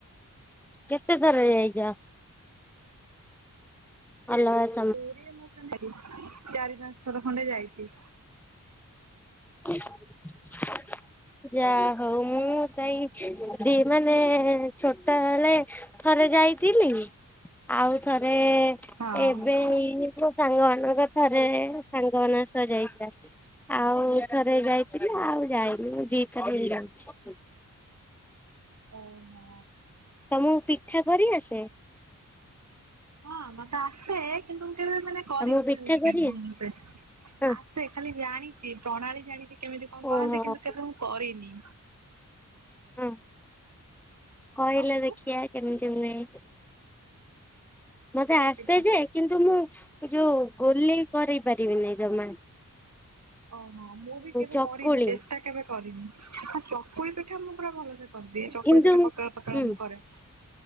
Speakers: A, in the centre; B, on the right.
A: କେତେ ଥର ଯାଇଛ ଆଲ୍ଲ <inaudible>
B: ପୌ ମ ଚାରି ପାଞ୍ଚ ଥର ଖଣ୍ଡେ ଯାଇଛି
A: ହ <unintelligible> ଯା ହଉ ମୁଁ ସେଇି ମାନେ ଛୋଟ ବଳେ ଥରେ ଯାଇଥିଲି ଆଉ ଥରେ ଏବେ
B: ହଁ।
A: ମୋ ସାଙ୍ଗମାନାନଙ୍କ ଥରେ ସାଙ୍ଗ ମ ସହ ଯାଇଥିଲା ଆଉ ଥରେ ଯାଇଥିଲି ଆଉ ଯାଇନି ଦିଥାର ଯାଉଛି
B: ଓହୋ
A: ତମକୁ ପିଠା କରି ଆସେ
B: ହଁ ମତେ ଆସେ କିନ୍ତୁ ମୁଁ କେବେ ମାନେ କରିନି
A: ତମକୁ ପିଠା
B: ସେମିତି
A: କରି
B: କେ ଭଲେ
A: ଆସେ ହଁ।
B: ସେ ଖାଲି ଜାଣିଛି ପ୍ରଣାଳୀ ଜାଣିଛି କେମିତି କଣ
A: ଓହୋ।
B: କରନ୍ତି କିନ୍ତୁ କେବେ ମୁଁ କରିନି
A: ହଁ କହିଲ
B: ତମକୁ
A: ଦେଖିବା କେମିତି ନୁହେ ମତେ
B: କୋଉ
A: ଆସେ
B: ପିଠା?
A: ଯେ କିନ୍ତୁ ମୁଁ ଯୋଉ ଗୋଲି କରି ପାରିବିନି ଯୋମାନେ
B: ଓହୋ ମୁଁ ବି କେବେ
A: ଚକୁଳି
B: କରିନି ଚେଷ୍ଟା କେବେ କରିନି ଚକୁଳି ପିଠା ମୁଁ ପୁରା ଭଲ କରିଦିଏ ଚକୁଳି
A: କିନ୍ତୁ
B: ପିଠା ପତଳା ପତଳା
A: ହୁଁ
B: ମୁଁ କରେ